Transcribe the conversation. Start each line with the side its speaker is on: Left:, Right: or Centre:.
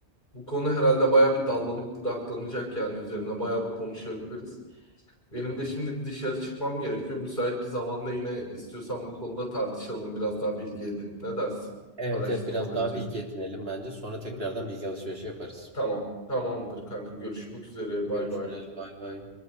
Left: Bu konu herhalde bayağı bir dallanıp budaklanacak yani üzerine bayağı bir konuşabiliriz. Benim
Right: Hı hı.
Left: de şimdi bir dışarı çıkmam gerekiyor. Müsait bir zamanda yine istiyorsan bu konuda tartışalım. Biraz daha bilgi edinip ne dersin?
Right: Evet
Left: Araştırmaları
Right: evet biraz daha
Left: incelip.
Right: bilgi edinelim bence. Sonra
Left: Hı hı.
Right: tekrardan bilgi alışverişi yaparız.
Left: Tamam. Tamamdır kanka. Görüşmek üzere. Bay
Right: Görüşürüz.
Left: bay.
Right: Bay bay.